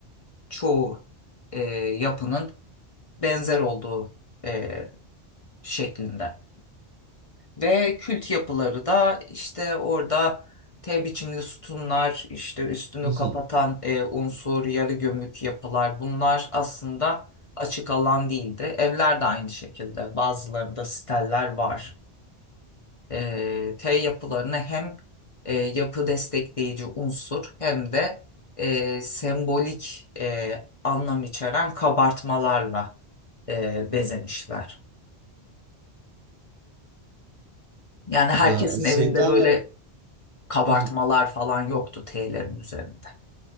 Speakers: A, on the left (about 35°); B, on the right (about 80°).
A: çoğu e, yapının benzer olduğu e, şeklinde. Ve kült yapıları da işte orada T biçimli sütunlar, işte üstünü
B: <laughs>
A: kapatan e, unsur, yarı gömük yapılar bunlar aslında açık alan değildi. Evler de aynı şekilde bazılarında steller var. E, T yapılarını hem e, yapı destekleyici unsur hem de e, sembolik e, anlam içeren kabartmalarla e, bezemişler. Yani herkesin
B: Ya şeyden
A: evinde böyle
B: de
A: kabartmalar
B: <laughs>
A: falan yoktu T'lerin üzerinde.